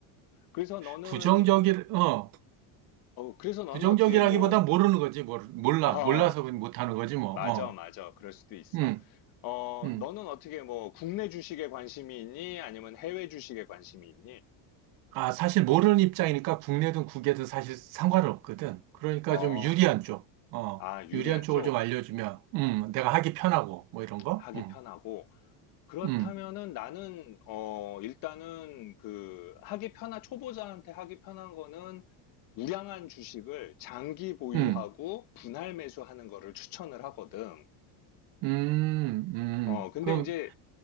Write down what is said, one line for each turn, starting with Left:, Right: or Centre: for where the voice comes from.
Left: 그래서 너는,
Right: 부정적이, 어,
Left: 어, 그래서 너는
Right: 부정적이라기보다
Left: 어떻게 뭐,
Right: 모르는 거지. 모르, 몰라.
Left: 아,
Right: 몰라서 그냥 못하는 거지, 뭐.
Left: 맞아,
Right: 어,
Left: 맞아. 그럴 수도 있어.
Right: 음,
Left: 어,
Right: 음.
Left: 너는 어떻게 뭐 국내 주식에 관심이 있니? 아니면 해외 주식에 관심이 있니?
Right: 아, 사실 모르는 입장이니까 국내든 국외든 사실 상관은 없거든. 그러니까
Left: 어,
Right: 좀 유리한 쪽, 어,
Left: 아, 유리한
Right: 유리한 쪽을
Left: 쪽
Right: 좀 알려주면, 음, 내가 하기 편하고, 뭐 이런 거?
Left: 하기
Right: 음,
Left: 편하고. 그렇다면은
Right: 음,
Left: 나는, 어, 일단은 그 하기 편한, 초보자한테 하기 편한 거는 우량한 주식을 장기 보유하고
Right: 음.
Left: 분할 매수하는 거를 추천을 하거든.
Right: 음, 음.
Left: 어, 근데
Right: 그럼,
Left: 이제